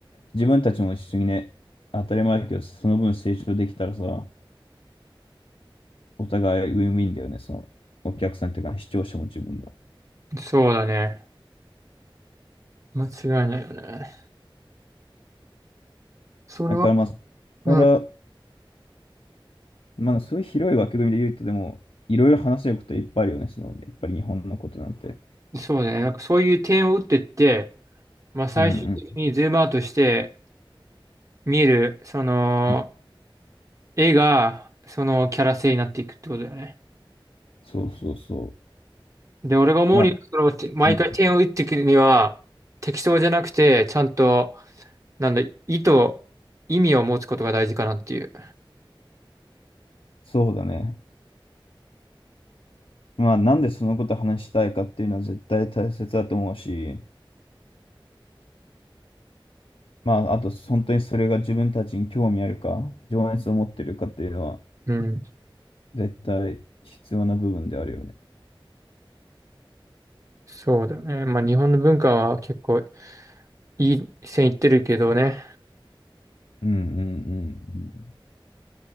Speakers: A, on the left; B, on the right.
A: 自分たちも一緒にね、当たり前だけど、その分成長できたらさ、お互いウィンウィンだよね、その、お客さんというか、視聴者も自分の。
B: そうだね。間違いないよね。それは、
A: だからまあ、だ
B: うん。
A: から、まあ、そういう広い枠組みで言うと、でも、いろいろ話せることいっぱいあるよね、その、やっぱり日本のことなんて。
B: そうね。なんかそういう点を打ってって、まあ最終的にズームアウトして、
A: うん
B: 見る、その、
A: うん。
B: 絵が、そのキャラ性になっていくってことだよね。
A: そうそうそう。
B: で、俺が思うには、
A: まあ、
B: その、て毎回点を打っていくには、
A: ね
B: 適当じゃなくて、ちゃんと、なんだ、意図、意味を持つことが大事かなっていう。
A: そうだね。まあ、なんでそのこと話したいかっていうのは絶対大切だと思うし、まあ、あと、本当にそれが自分たちに興味あるか、情熱を持ってるかっていうのは、
B: うん。
A: 絶対必要な部分であるよね。
B: そうだね。まあ、日本の文化は結構いい線いってるけどね。
A: うんうんうんうん。